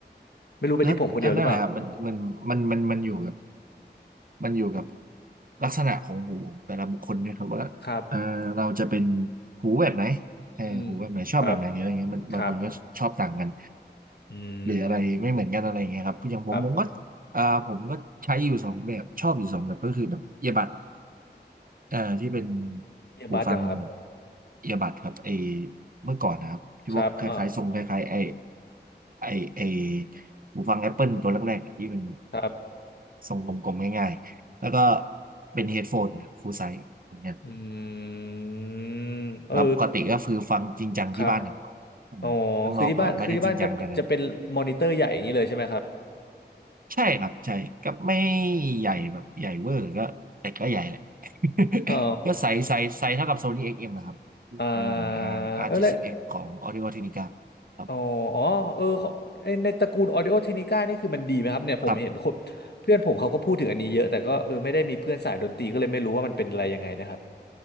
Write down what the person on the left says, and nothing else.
ไม่รู้เป็นที่ผมคนเดียวหรือเปล่า
ครับ
อืมครับครับอื
มครับ
เอียบัดเหรอครับ
ครับอ่า
ครับ
อืมเออ
ครับอ๋อคือที่บ้านคือที่บ้านจะจะเป็นมอนิเตอร์ใหญ่อย่างนี้เลยใช่ไหมครับ
อ๋อ
อ่า
เออแล้ว
อ๋ออ๋อเออเขาไอ้ในตระกูล Audio Technica นี่คือมันดีไหมครับเนี่ยผมเห็นคนเพื่อนผมเขาก็พูดถึงอันนี้เยอะแต่ก็เออไม่ได้มีเพื่อนสายดนตรีก็เลยไม่รู้ว่ามันเป็นอะไรยังไงนะครับ